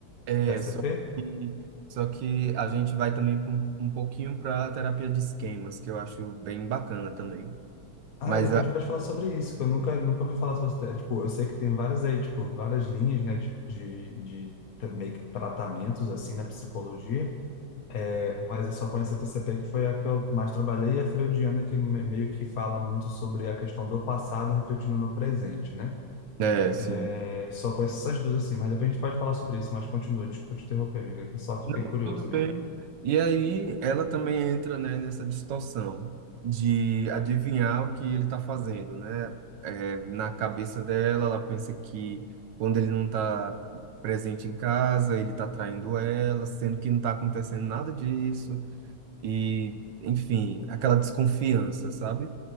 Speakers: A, on the right; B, on the left.
A: É,
B: TCP?
A: só que, só que a gente vai também pra um, um pouquinho para a terapia de esquemas, que eu acho bem bacana também.
B: Ah,
A: Mas
B: de repente
A: a-
B: pode falar sobre isso, que eu nunca, nunca ouvi falar sobre isso. É, Tipo, eu sei que tem várias aí, tipo, várias linhas, né, de, de, de tra- meio que tratamentos, assim, na psicologia, É, mas eu só conheço a TCP que foi a que eu mais trabalhei e a freudiana que me- meio que fala muito sobre a questão do passado refletindo no presente, né?
A: É, sim.
B: É, só conheço essas duas, assim, mas depois a gente pode falar sobre isso, mas continua, desculpa te interromper, amiga, que eu só
A: Não,
B: fiquei curioso
A: tudo bem.
B: mesmo.
A: E aí ela também entra, né, nessa distorção de adivinhar o que ele está fazendo, né? É, na cabeça dela, ela pensa que quando ele não está presente em casa, ele está traindo ela, sendo que não está acontecendo nada disso. E, enfim, aquela desconfiança, sabe?